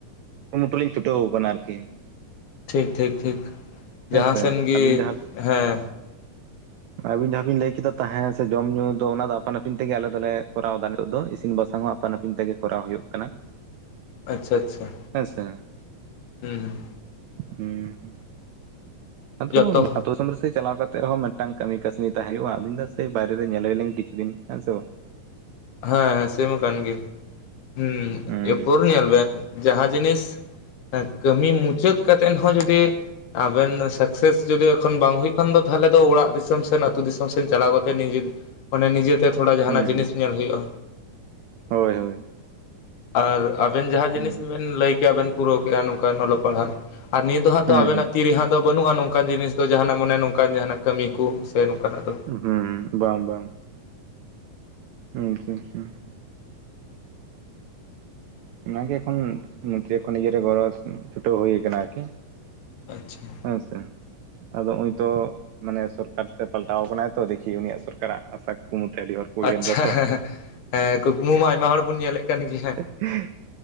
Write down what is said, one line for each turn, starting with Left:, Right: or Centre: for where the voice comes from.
Right: ᱠᱩᱨᱩᱢᱩᱴᱩ ᱞᱤᱧ ᱪᱷᱩᱴᱟᱹᱣ ᱟᱠᱟᱱᱟ ᱟᱨᱠᱤ᱾
Left: ᱴᱷᱤᱠ ᱴᱷᱤᱠ ᱴᱷᱤᱠ,
Right: ᱦᱮᱸᱥᱮ
Left: ᱡᱟᱦᱟᱸ ᱥᱮᱱ ᱜᱮ
Right: ᱟᱹᱵᱤᱱ
Left: ᱦᱮᱸ᱾
Right: ᱟᱵᱤᱱ ᱡᱟᱦᱟᱸ ᱵᱤᱱ ᱞᱟᱹᱭ ᱠᱮᱫᱟ ᱛᱟᱦᱮᱸ ᱥᱮ ᱡᱚᱢ ᱧᱩ ᱫᱚ ᱚᱱᱟ ᱫᱚ ᱟᱯᱟᱱ ᱟᱹᱯᱤᱱ ᱛᱮᱜᱮ ᱟᱞᱮ ᱫᱚᱞᱮ ᱠᱚᱨᱟᱣ ᱮᱫᱟ ᱱᱤᱛᱚᱜ ᱫᱚ ᱤᱥᱤᱱ ᱵᱟᱥᱟᱝ ᱦᱚᱸ ᱟᱯᱟᱱ ᱟᱹᱯᱤᱱ ᱛᱮᱜᱮ ᱠᱚᱨᱟᱣ ᱦᱩᱭᱩᱜ ᱠᱟᱱᱟ
Left: <unintelligible> ᱟᱪᱪᱷᱟ
Right: ᱦᱮᱸ ᱥᱮ
Left: ᱦᱩᱸ
Right: ᱦᱩᱸ ᱟᱫᱚ
Left: ᱡᱚᱛᱚ
Right: ᱟᱛᱳ ᱫᱤᱥᱚᱢ ᱨᱮ ᱥᱮᱹᱭ ᱪᱟᱞᱟᱣ ᱠᱟᱛᱮᱫ ᱨᱮᱦᱚᱸ‌ ᱢᱤᱫᱴᱮᱱ <unintelligible> ᱢᱤᱫᱴᱟᱝ ᱠᱟᱹᱢᱤ ᱠᱟᱹᱥᱱᱤ ᱛᱟᱦᱮᱸ ᱦᱩᱭᱩᱜᱼᱟ ᱟᱫᱚᱧ ᱞᱟᱹᱭᱫᱟ ᱥᱮᱭ ᱵᱟᱭᱨᱮ ᱧᱮᱞ ᱦᱩᱭ ᱞᱮᱱ ᱠᱤᱪᱷᱩ ᱫᱤᱱ ᱦᱮᱸ ᱥᱮ ᱵᱟᱝ
Left: ᱦᱮᱸ ᱦᱮᱸ ᱥᱮᱢᱟ ᱠᱟᱱ ᱜᱮ ᱦᱩᱸ
Right: ᱦᱩᱸ
Left: ᱮᱯᱚᱨ ᱧᱮᱞ ᱵᱮᱱ ᱡᱟᱦᱟᱸ ᱡᱤᱱᱤᱥ ᱦᱮᱸ ᱠᱟᱹᱢᱤ ᱢᱩᱪᱟᱹᱫ ᱠᱟᱛᱮᱫ ᱦᱚᱸ ᱡᱩᱫᱤ ᱟᱵᱮᱱ ᱥᱟᱠᱥᱮᱥ ᱡᱩᱫᱤ ᱮᱠᱷᱚᱱ ᱵᱟᱝ ᱦᱩᱭᱩᱜ ᱠᱷᱟᱱ ᱫᱚ ᱛᱟᱦᱞᱮ ᱫᱚ ᱚᱲᱟᱜ ᱫᱤᱥᱚᱢ ᱥᱮᱱ ᱟᱹᱛᱩ ᱫᱤᱥᱚᱢ ᱥᱮᱱ ᱪᱟᱞᱟᱣ ᱠᱟᱛᱮ ᱱᱤᱡᱮᱨ ᱚᱱᱮ ᱱᱤᱡᱮᱛᱮ ᱛᱷᱚᱲᱟ ᱡᱟᱦᱟᱱᱟᱜ
Right: ᱦᱩᱸ
Left: ᱡᱤᱱᱤᱥ
Right: ᱦᱩᱸ
Left: ᱧᱮᱞ ᱦᱩᱭᱩᱜᱼᱟ
Right: ᱦᱳᱭ ᱦᱳᱭ
Left: ᱟᱨ ᱟᱵᱮᱱ ᱡᱟᱦᱟᱸ ᱡᱤᱱᱤᱥ
Right: ᱦᱩᱸ
Left: ᱜᱮ ᱵᱮᱱ ᱞᱟᱹᱭ ᱠᱮᱭᱟ ᱵᱮᱱ ᱯᱩᱨᱟᱹᱣ ᱠᱮᱜᱼᱟ ᱱᱚᱝᱠᱟᱱ ᱚᱞᱚᱜ ᱯᱟᱲᱦᱟᱜ ᱟᱨ ᱱᱤᱭᱟᱹ ᱫᱚ ᱦᱟᱸᱜ ᱛᱚ
Right: ᱦᱩᱸ
Left: ᱟᱵᱮᱱᱟᱜ ᱛᱤ ᱨᱮ ᱦᱟᱸᱜ ᱫᱚ ᱵᱟᱹᱱᱩᱜᱼᱟ ᱱᱚᱝᱠᱟᱱ ᱡᱤᱱᱤᱥ ᱫᱚ ᱡᱟᱦᱟᱱᱟᱜ ᱢᱟᱱᱮ ᱱᱚᱝᱠᱟᱱ ᱡᱟᱦᱟᱱᱟᱜ ᱠᱟᱹᱢᱤ ᱠᱚ ᱥᱮ ᱱᱚᱝᱠᱟᱱᱟᱜ ᱫᱚ
Right: ᱦᱩᱸ ᱵᱟᱝ ᱵᱟᱝ ᱦᱩᱸ ᱟᱪᱪᱷᱟ ᱪᱷᱟ ᱚᱱᱟᱜᱮ ᱮᱠᱷᱚᱱ ᱢᱩᱪᱟᱹᱫ ᱠᱷᱚᱱ ᱤᱭᱟᱹᱨᱮ ᱜᱚᱲᱚ ᱪᱩᱴᱟᱹᱣ ᱦᱩᱭ ᱠᱟᱱᱟ ᱟᱨᱠᱤ
Left: ᱟᱪᱪᱷᱟ
Right: ᱦᱮᱸ ᱥᱮ ᱟᱫᱚ ᱦᱩᱸᱜ-ᱩᱭ ᱛᱚ ᱢᱟᱱᱮ ᱥᱚᱨᱠᱟᱨ ᱥᱮ ᱯᱟᱞᱴᱟᱣ ᱠᱟᱱᱟᱭ ᱛᱚ ᱫᱮᱠᱷᱤ ᱩᱱᱤᱭᱟᱜ ᱥᱚᱨᱠᱟᱨᱟᱜ ᱟᱥᱟ ᱠᱩᱠᱢᱩ ᱛᱮ ᱟᱹᱰᱤ ᱦᱚᱲ ᱠᱚ ᱩᱭᱦᱟᱹᱨ
Left: ᱟᱪᱪᱷᱟ
Right: ᱮᱫᱟ ᱛᱚ
Left: ᱦᱮᱸ ᱠᱩᱠᱢᱩ ᱢᱟ ᱟᱭᱢᱟ ᱦᱚᱲ ᱵᱚᱱ ᱧᱮᱞᱮᱫ ᱠᱟᱱ ᱜᱮᱭᱟ
Right: ᱦᱮᱸ